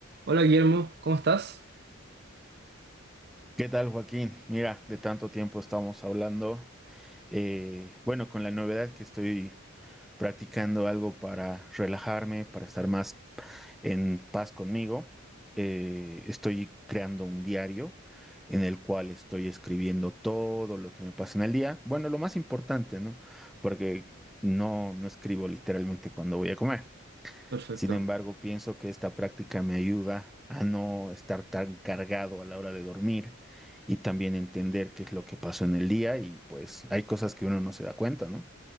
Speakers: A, on the right (about 50°); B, in the centre.
A: Hola Guillermo, ¿cómo estás?
B: ¿Qué tal, Joaquín? Mira, de tanto tiempo estamos hablando. Eh, bueno, con la novedad que estoy practicando algo para relajarme, para estar más en paz conmigo, eh, estoy creando un diario en el cual estoy escribiendo todo lo que me pasa en el día. Bueno, lo más importante, ¿no? Porque no, no escribo literalmente cuando voy a comer.
A: Perfecto.
B: Sin embargo, pienso que esta práctica me ayuda a no estar tan cargado a la hora de dormir y también entender qué es lo que pasó en el día y pues hay cosas que uno no se da cuenta, ¿no?